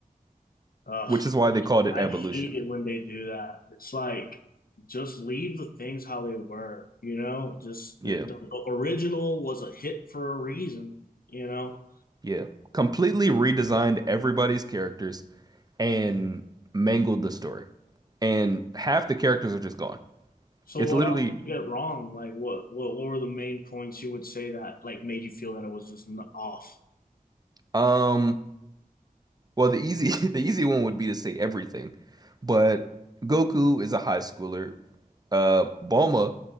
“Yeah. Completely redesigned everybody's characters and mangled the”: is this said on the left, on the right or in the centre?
Right